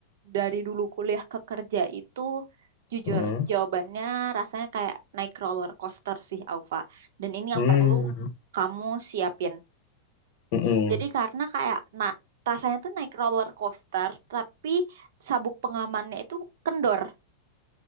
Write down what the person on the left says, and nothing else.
Hmm.
Hmm.
Mm-mm.